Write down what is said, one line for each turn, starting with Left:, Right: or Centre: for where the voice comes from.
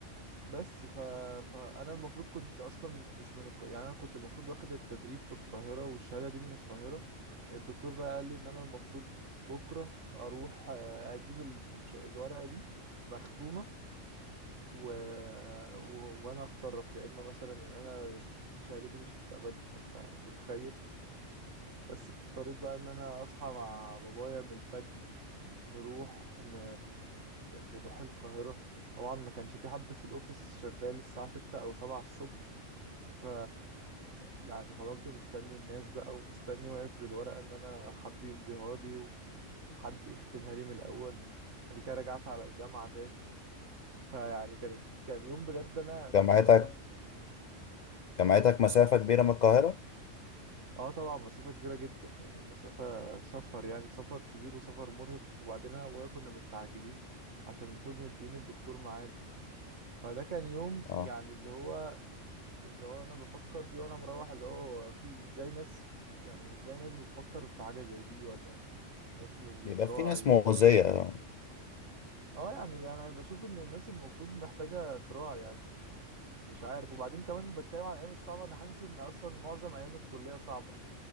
Right: بس ف... فانا المفروض كنت اصلا مش من الك... يعني انا كنت المفروض واخد التدريب في القاهره والشهاده دي من القاهره الدكتور بقى قال لي ان انا المفروض بكره اروح آه، اجيب الش- الورقه دي مختومه و... و... وانا هتصرف يا اما مثلا ان انا الشهاده دي مش هتتقبل فانت يعني متخيل بس في اضطريت بقى ان انا اصحى مع بابايا من الفجر نروح ن... نروح القاهره طبعا ما كانش في حد في الاوفيس شغال الساعه 6 او 7 الصبح ف يعني فضلت مستني الناس بقى ومستني واقف بالورقه ان انا حد يمضيها لي و... وحد يختمها لي من الاول بعد كده رجعت على الجامعه تاني فيعني كانت كان يوم بجد انا
Left: جامعتك
Right: مروح
Left: جامعتك
Right: تقول ايه
Left: مسافة كبيرة من القاهرة
Right: اه طبعا مسافه كبيره جدا يعني مسافه سفر يعني سفر كبير وسفر مرهق وبعدين انا وابويا كنا مستعجلين عشان المفروض مدين الدكتور ميعاد فده كان يوم
Left: اه
Right: يعني اللي هو اللي هو انا بفكر فيه وانا مروح اللي هو في ازاي ناس يعني ازاي ناس بتفكر في حاجه زي دي ولا ناس مش بتراعي
Left: بيبقى في ناس مؤذية
Right: او كده
Left: اه
Right: اه يعني انا بشوف ان الناس المفروض محتاجه تراعي يعني مش عارف وبعدين كمان بتكلم عن الايام الصعبه انا حاسس ان اصلا معظم ايام الكليه صعبه